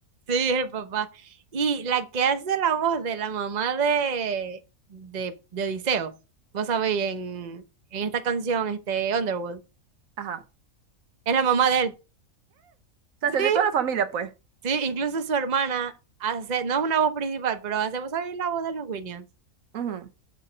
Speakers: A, on the right (about 35°); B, on the right (about 75°).
A: sí, es el papá. Y la que hace la voz de la mamá de, de, de Odiseo, vos sabéis, en, en esta canción, este, Underworld,
B: ajá.
A: es la mamá de él.
B: O
A: Sí.
B: sea, se unió toda la familia, pues.
A: Sí, incluso su hermana hace, no es una voz principal, pero hace, ¿vos sabés la voz de los Williams?
B: Ujú.